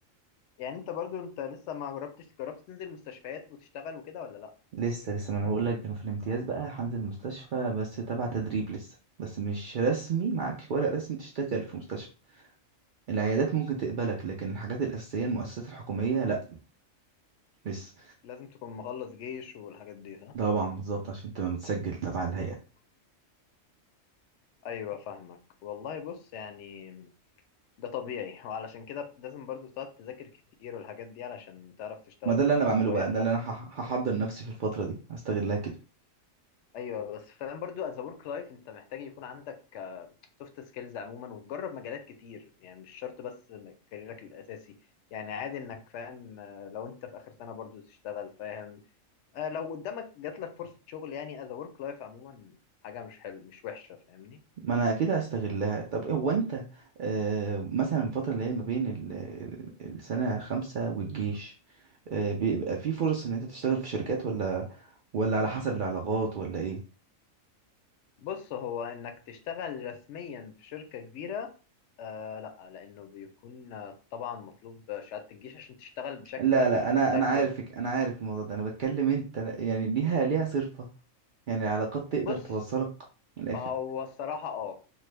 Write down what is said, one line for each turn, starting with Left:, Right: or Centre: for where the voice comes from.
Left: يعني انت برضو انت لسه ما جربتش جربت تنزل مستشفيات وتشتغل وكده ولا لا
Right: لسه لسه ما انا بقول لك كانوا في الامتياز بقى هنزل مستشفى بس تبع تدريب لسه بس مش رسمي معاكش ورق رسمي تشتغل في مستشفى العيادات ممكن تقبلك لكن الحاجات الأساسية المؤسسات الحكومية لا لسه
Left: لازم تكون مخلص جيش والحاجات دي صح
Right: طبعا بالظبط عشان تبقى متسجل تبع الهيئة
Left: ايوه فاهمك والله بص يعني ده طبيعي وعلشان كده لازم برضو تقعد تذاكر كتير والحاجات دي علشان تعرف تشتغل
Right: ما ده
Left: في
Right: اللي
Left: مكان
Right: انا بعمله
Left: كويس
Right: بقى ده
Left: حتى
Right: اللي انا هح- هحضر نفسي في الفترة دي هستغلها كده
Left: ايوه بس فاهم برضو از ورك لايف انت محتاج يكون عندك سوفت سكيلز عموما وتجرب مجالات كتير يعني مش شرط بس م- كاريرك الاساسي يعني عادي انك فاهم آه، لو انت في اخر سنه برضو تشتغل فاهم آه، لو قدامك جات لك فرصه شغل يعني از ورك لايف عموما حاجه مش حلو مش وحشه فاهمني
Right: ما انا اكيد هستغلها طب هو انت آه مثلا الفتره اللي هي ما بين ال- ال- السنه خمسة والجيش آه بيبقى في فرص ان انت تشتغل في شركات ولا ولا على حسب العلاقات ولا ايه
Left: بص هو انك تشتغل رسميا في شركه كبيره آه لا لانه بيكون آه، طبعا مطلوب شهاده الجيش عشان تشتغل بشكل
Right: لا
Left: رسمي
Right: لا
Left: في
Right: انا
Left: فول تايم
Right: انا عارفك
Left: جوب
Right: انا عارف الموضوع ده انا بتكلم انت يعني ليها ليها صرفه يعني العلاقات تقدر
Left: بص
Right: توصلك من الاخر
Left: هو الصراحة اه